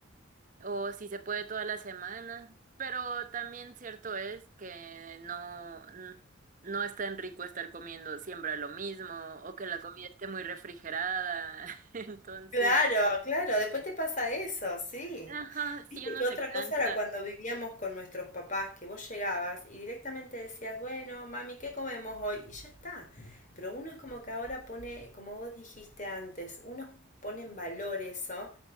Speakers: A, on the right; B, on the left.
A: O si se puede toda la semana. Pero también cierto es que no, n- no es tan rico estar comiendo siempre lo mismo o que la comida esté muy refrigerada. <laughs> Entonces,
B: Claro, claro, después te pasa eso, sí.
A: ajá, sí
B: Viste
A: uno
B: que otra
A: se cansa.
B: cosa era cuando vivíamos con nuestros papás, que vos llegabas y directamente decías, bueno, mami, ¿qué comemos hoy? Y ya está. Pero uno es como que ahora pone, como vos dijiste antes, uno pone en valor eso